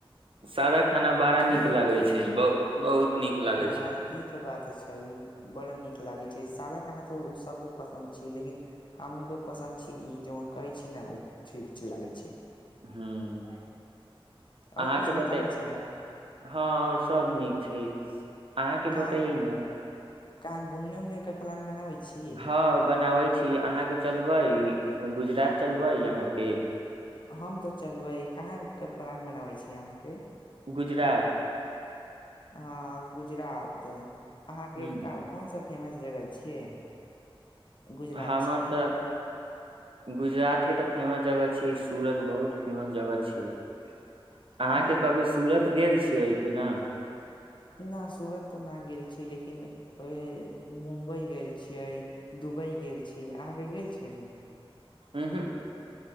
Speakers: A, on the right; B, on the left.
A: सादा खाना बड़ा नीक लागै छै बहु बहुत नीक लागे
B: हँ
A: छै
B: ई त बात तऽ छै बड़ा नीक लागै छै सादा खाना तऽ ओ सबके पसन्द छी लेकिन हम पसन्द छी ई जोन कहै छी ने ओ ठीक लागै छै
A: ह्म
B: और
A: अहाँके
B: कुछ
A: बता
B: बताबै छी ने
A: हँ ओर सब नीक छै अहाँके
B: कहाँ
A: बतैयै ने
B: कहाँ घूमने उमने के प्लान बनाबै छी
A: हँ बनाबै छी अहाँके चलबै गुजरात चलबै अहाँके
B: हम तऽ चलबै कहाँ के प्लान बनाबै छी अहाँके
A: गुजरात
B: हाँ गुजरात अहाँके
A: ह
B: कोन सा फेमस जगह छियै गुजरात
A: हमर
B: छी के
A: तऽ गुजरात के तऽ फेमस जगह सूरत बहुत फेमस जगह छियै अहाँके
B: अ
A: कभी सूरत गेल छी छियै की न
B: न सूरत तऽ न गेल छियै लेकिन उहे मुम्बई गेल छियै दुबई गेल छी अहाँके गेल <unintelligible>
A: उ हू